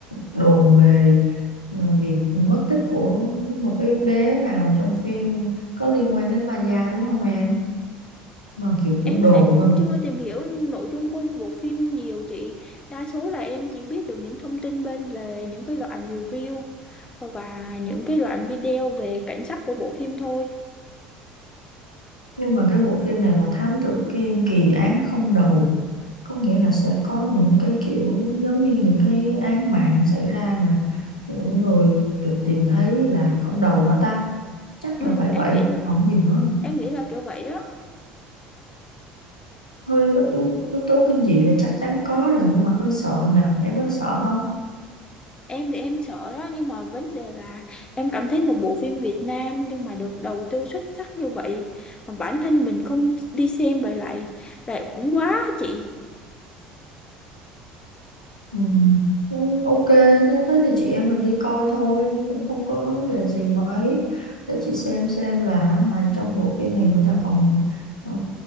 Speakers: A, on the left; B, on the left.
A: đồn về ờ, việc mất tích của một cái bé nào trong phim có liên quan đến ma da đúng không em mà kiểu
B: em
A: cũng đồn
B: lại cũng
A: thôi
B: chưa tìm hiểu nội dung của bộ phim nhiều chị đa số là em chỉ biết được những thông tin bên lề những cái đoạn review và những cái đoạn video về cảnh sắc của bộ phim thôi
A: nhưng mà cái bộ phim này là thám tử Kiên kỳ án không đầu có nghĩa là sẽ có những cái kiểu giống như những cái án mạng xảy ra mà những người được tìm thấy là không đầu hả ta chắc
B: ừ,
A: là phải vậy
B: em nghĩ
A: còn gì nữa
B: em nghĩ là kiểu vậy đó
A: hơi có yếu, yếu tố kinh dị là chắc chắn có rồi nhưng mà hơi sợ nhờ em có sợ không
B: Em thì em sợ đó nhưng mà vấn đề là em cảm thấy một bộ phim Việt Nam nhưng mà được đầu tư xuất sắc như vậy mà bản thân mình không đi xem vậy lại lại uổng quá á chị.
A: Ừ. Cũng ok thế thế thì chị em mình đi coi thôi nhưng cũng không có vấn đề gì mấy để chị xem xem là à, trong bộ phim này người ta còn ờ,